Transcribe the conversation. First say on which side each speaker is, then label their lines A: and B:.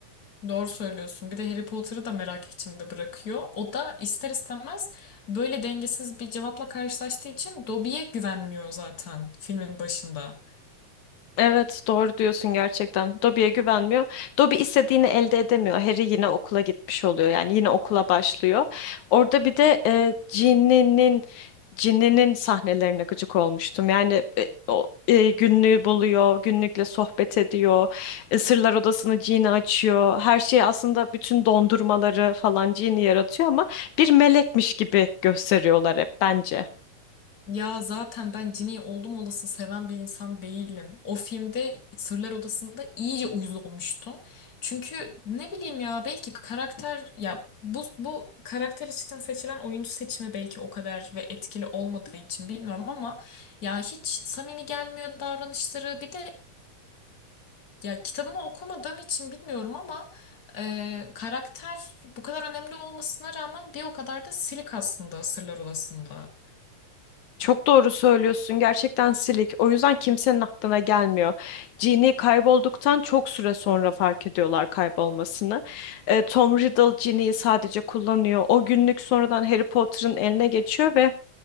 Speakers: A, on the left; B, on the left.
A: Doğru söylüyorsun. Bir de Harry Potter'ı da merak içinde bırakıyor. O da ister istemez böyle dengesiz bir cevapla karşılaştığı için Dobby'ye güvenmiyor zaten filmin başında.
B: Evet doğru diyorsun gerçekten. Dobby'ye güvenmiyor. Dobby istediğini elde edemiyor. Harry yine okula gitmiş oluyor. Yani yine okula başlıyor. Orada bir de e, Ginny'nin Ginny'nin sahnelerine gıcık olmuştum. Yani e, o e, günlüğü buluyor, günlükle sohbet ediyor. E, sırlar odasını Ginny açıyor. Her şeyi aslında bütün dondurmaları falan Ginny yaratıyor ama bir melekmiş gibi gösteriyorlar hep bence.
A: Ya zaten ben Ginny'yi oldum olası seven bir insan değilim. O filmde Sırlar Odası'nda iyice uyuz olmuştum. Çünkü ne bileyim ya belki karakter ya bu bu karakter için seçilen oyuncu seçimi belki o kadar ve etkili olmadığı için bilmiyorum ama ya hiç samimi gelmiyor davranışları. Bir de Ya kitabını okumadığım için bilmiyorum ama e, karakter bu kadar önemli olmasına rağmen bir o kadar da silik aslında Sırlar Odası'nda.
B: Çok doğru söylüyorsun. Gerçekten silik. O yüzden kimsenin aklına gelmiyor. Jean'i kaybolduktan çok süre sonra fark ediyorlar kaybolmasını. E, Tom Riddle Jean'i sadece kullanıyor. O günlük sonradan Harry Potter'ın eline geçiyor ve